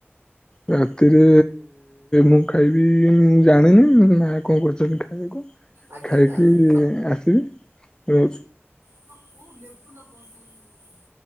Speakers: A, on the left; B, on the right.
A: ରାତିରେ ମୁଁ ଖାଇବି ଜାଣିନି। କଣ କରୁଛନ୍ତି ଖାଇବାକୁ
B: ଆଜ୍ଞା
A: ଖାଇକି
B: ଯାଆନ୍ତୁ
A: ଆସିବି ର
B: ସ କେଉ ଲେବୁ ଲ କସ କର <inaudible>